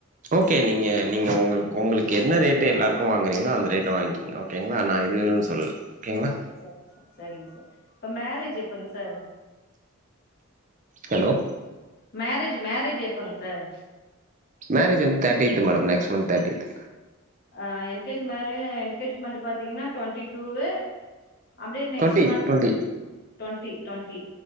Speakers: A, on the right; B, on the left.
A: ஓகே நீங்க நீங்க உங்களுக்கு உங்களுக்கு என்ன ரேட்டு எல்லாருக்கு வாங்குறீங்களோ அந்த ரேட்ட வாங்கிக்கிங்க ஓகே ஓகேங்களா நா எதுவுனு சொல்லல ஓகேங்களா
B: செரி ச செரிங்க சார் இப்ப மேரேஜ் எப்பங் சார்
A: ஹலோ
B: மேரேஜ் மேரேஜ் எப்பங் சார்
A: மேரேஜ் வந்து தேர்ட்டியத் மேடம் நெக்ஸ்ந்த் தேர்ட்டியத்
B: ஆ என்கேஜ்ம என்கேஜ்மெண்ட் பாத்தீங்கன்னா டுவெண்டி டூவு அப்டியே next
A: twenty
B: month
A: twenty
B: twenty twenty